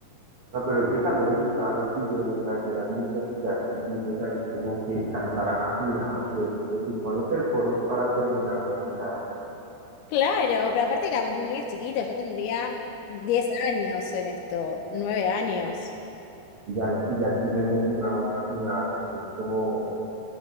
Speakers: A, on the right; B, on the left.
A: no, pero es que también les estaban exigiendo, o sea, que eran niños y ya exigirles así como que cantaran afinados y eso. Se supone que el coro es para terminar de afinar
B: Claro, pero aparte éramos niños chiquitos, yo tendría 10 años en esto, 9 años.
A: y ya, y ya exigiéndose una voz afinada. Es como,